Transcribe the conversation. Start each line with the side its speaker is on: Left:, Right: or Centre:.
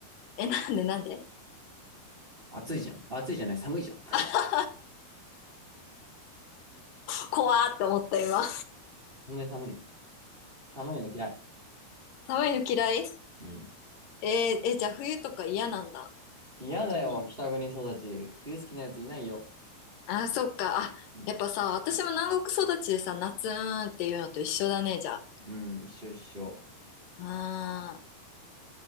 Left: え、なんでなんで
Right: 暑いじゃん。暑いじゃない、寒いじゃん。
Left: <laughs> こ、怖ーって思った今。
Right: <laughs> 寒い寒い。寒いの嫌い。
Left: 寒いの嫌い
Right: うん。
Left: えーえ、じゃあ冬とか嫌なんだ。
Right: 嫌だよ、
Left: 本当に。
Right: 北国育ち。冬好きなやついないよ。
Left: あー、そっか。あ、
Right: うん。
Left: やっぱさ、私も南国育ちでさ、夏ーんっていうのと一緒だね、じゃあ。
Right: うん、一緒一緒。
Left: あ